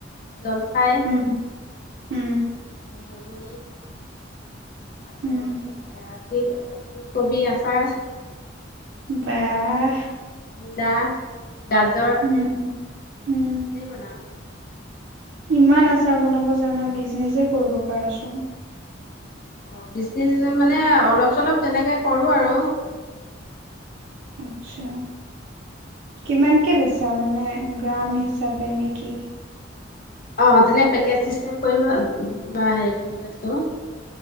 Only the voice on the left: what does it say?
জলফাই
এ বগৰী আকৌ
এ কিক ফুলকবি আচাৰ।
মূলা, গাজ
সেই বনাও।
অ বিজনেচ মানে অলপ চলপ তেনেকে কৰো আৰু।
অ তেনে পেকেজ চিষ্টেম কৰিব বা হেৰি বেচো।